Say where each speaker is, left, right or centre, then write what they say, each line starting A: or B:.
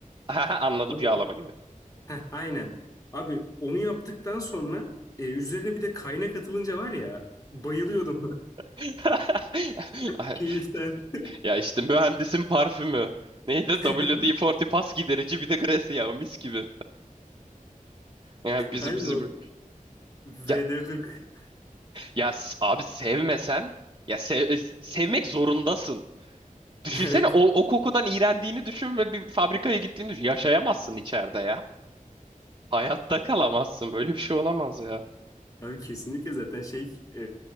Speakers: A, on the right; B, on the left.
A: Aha, anladım
B: Abi,
A: yağlama gibi.
B: Heh, aynen. Abi onu yaptıktan sonra e, üzerine bir de kaynak atılınca var ya bayılıyordum
A: <laughs>
B: <laughs>
A: Ay,
B: keyiften.
A: Ya işte mühendisin parfümü. Neydi?
B: <laughs>
A: WD-40 pas giderici bir de gres yağı mis gibi. Yani bizim
B: Aynen
A: bizim
B: o. VD40.
A: ya, ya s- abi sevmesen ya sev- sevmek zorundasın. Düşünsene
B: <laughs>
A: o, o kokudan iğrendiğini düşün ve bir fabrikaya gittiğini düşün. Yaşayamazsın içeride ya. Hayatta kalamazsın. Böyle bir şey olamaz ya.
B: Abi kesinlikle zaten şey e,